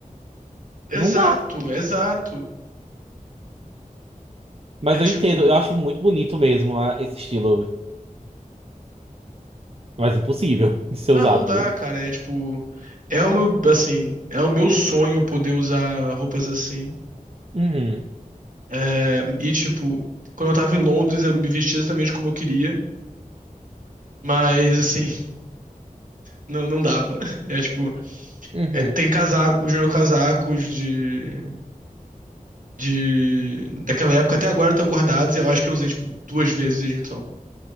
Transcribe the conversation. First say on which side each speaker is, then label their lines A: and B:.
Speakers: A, on the right; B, on the right.
A: Exato,
B: Não dá.
A: exato.
B: Mas
A: É
B: eu
A: tipo.
B: entendo, eu acho muito bonito mesmo ah, esse estilo. Mas impossível <laughs> de ser
A: Não,
B: usado,
A: não dá,
B: viu?
A: cara. É tipo, é o meu, assim, é o meu sonho poder usar roupas assim.
B: Uhum.
A: É, e tipo, quando eu tava em Londres, eu me vestia exatamente como eu queria, mas <laughs> assim, não, não dava. É tipo,
B: Uhum.
A: é, tem casaco, os meus casacos de, de daquela época até agora estão guardados. Eu acho que eu usei tipo duas vezes desde então.